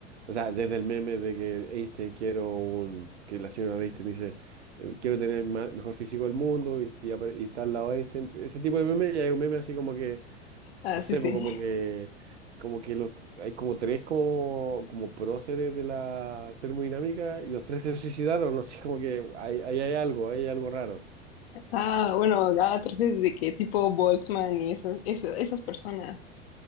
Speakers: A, on the right; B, on the left.
A: o sea, desde el meme de que Einstein quiero un, que la señora de Einstein dice, eh, quiero tener el ma- mejor físico del mundo y, y, apare- y está al lado de Einstein, ese tipo de memes, y hay un meme así como que,
B: Ah,
A: no
B: sí,
A: sé,
B: sí.
A: po, como
B: <laughs>
A: que, como que los, hay como tres como, como próceres de la termodinámica y los tres se suicidaron, <laughs> no sé, como que hay, ahí hay algo, hay algo raro.
B: Ah, bueno, ah, te refieres de que tipo Boltzmann y esas, esas, esas personas.